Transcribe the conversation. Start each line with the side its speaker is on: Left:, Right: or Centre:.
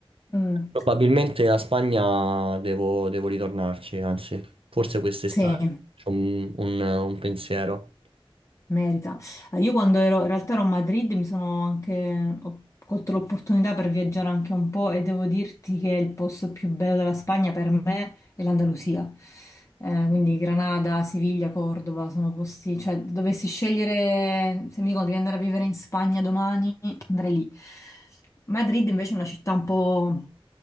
Left: Mm,
Right: Probabilmente la Spagna devo, devo ritornarci, anzi, forse quest'estate
Left: Sì.
Right: c'ho un, un- un pensiero.
Left: Merita. Eh, Io quando ero, in realtà ero a Madrid mi sono anche, ho colto l'opportunità per viaggiare anche un po' e devo dirti che il posto più bello della Spagna per me è l'Andalusia. Eh, quindi Granada, Siviglia, Cordova sono posti, cioè dovessi scegliere, se mi dicono devi andare a vivere in Spagna domani, andrei lì. Madrid invece è una città un po',